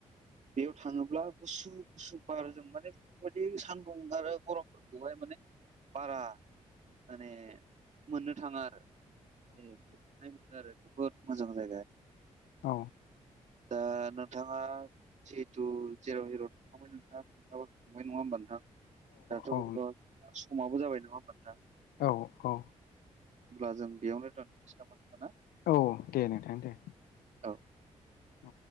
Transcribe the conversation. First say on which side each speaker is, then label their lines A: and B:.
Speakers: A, on the right; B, on the left.
A: बेयाव थाङोब्ला गुसु गुसु बारजों माने बेफोरबायदि सानदुं आरो गरमफोरखौहाय माने बारा माने मोननो थाङा आरो बे गोजोननाय मोनो आरो जोबोद मोजां जायगा आरो
B: अ।
A: दा नोंथाङा जिहेथु जेराव हेराव थांखांबाय नोंथां। नोंथाङाबो थांबाय नङा होमबा नोंथां। दाथ'
B: औ
A: गोबां समाबो जाबाय नङा होमबा नोंथां।
B: औ अ।
A: होनब्ला जों बेयावनो दोनथ'नोसै नामा होमबा ना?
B: अह दे नोंथां दे।
A: औ।
B: औ